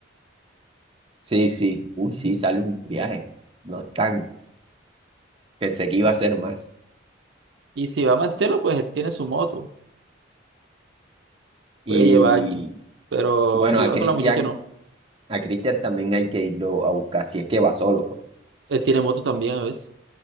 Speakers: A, on the right; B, on the right.
A: Sí, sí, uy, sí, sale un viaje. No es tan, pensé que iba a ser más.
B: Y si va Martelo, pues él tiene su moto,
A: Y
B: puede llevar aquí. Pero
A: bueno,
B: si
A: a
B: va
A: Cristian,
B: con la muchacha, no.
A: a Cristian también hay que irlo a buscar, si es que va solo, pues.
B: Él tiene moto también a veces.